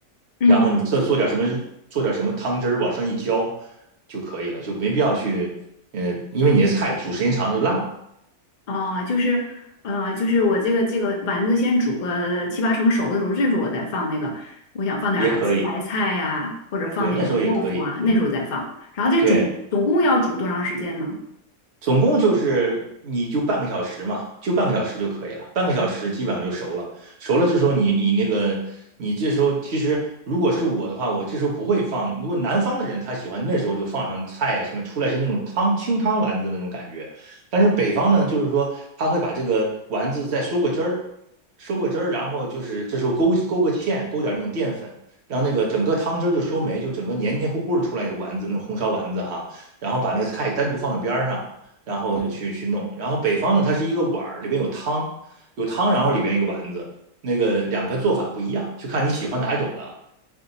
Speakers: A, on the left; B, on the right.
A: 嗯，
B: 然后你做做点什么做点什么汤汁儿往上一浇就可以了，就没必要去，呃，因为你的菜煮时间长了就烂了，
A: 啊，就是，呃，就是我这个这个丸子先煮个七八成熟的时候，这时候我再放那个，我想放点儿西白菜呀、
B: 也可以，
A: 或者放点豆腐啊，
B: 对，那时候也可以，嗯，
A: 那时候再放。然后这总总共要煮多长时间呢？
B: 对。总共就是你就半个小时嘛，就半个小时就可以了，半个小时基本上就熟了。熟了，这时候你你那个你这时候其实如果是我的话，我这时候不会放。如果南方的人他喜欢那时候就放上菜啊什么，出来是那种汤清汤丸子那种感觉。但是北方呢，就是说他会把这个丸子再收个汁儿，收个汁儿，然后就是这时候勾勾个芡，勾点那种淀粉。让那个整个汤汁儿就收没，就整个黏黏糊糊的出来一个丸子，那种红烧丸子哈，然后把那个菜单独放到边儿上，然后去去弄。然后北方呢，它是一个碗儿，里边有汤，有汤，然后里边一个丸子，那个两个做法不一样，就看你喜欢哪一种了。